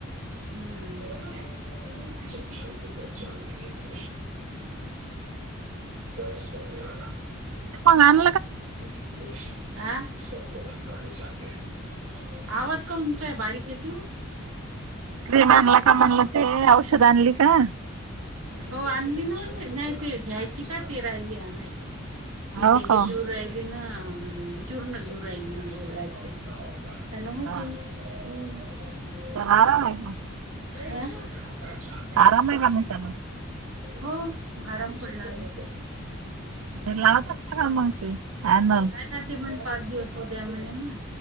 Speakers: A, on the right; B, on the right.
A: हम्मच्छ स स्वाग
B: प
A: सर्प्रथम काटे जते ह आवाज कानतय बारीक येत
B: क्रीम आणला का म्हलं ते औषध आणली का
A: हो आणली नाते नाही ते घ्यायची का ते राहिली आणायची मी
B: हो
A: ते हे
B: का
A: घेऊ राहिली ना चूर्ण घेऊ राहिली म गोजरात ते ते न होोती
B: हा
A: ह
B: तर आराम आहे का
A: ते
B: आराम आहे बम सार
A: हो आराम पडला न
B: ते लावतचत का मगते अॅनल
A: नाही ना ते पण पाच दिवस हो द्या म्हणे ना